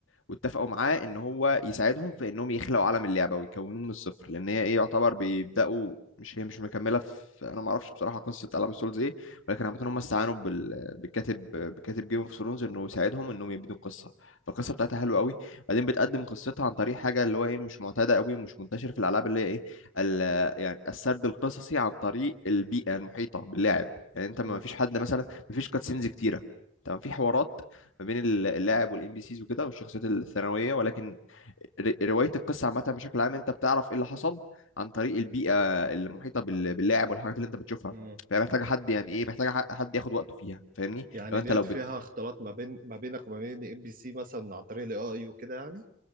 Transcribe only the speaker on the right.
امم
امم
يعني
ديت
فيها
اختلاط ما بين ما بينك وما بين ام بي سي مثلا عن طريق الاي اي وكده يعني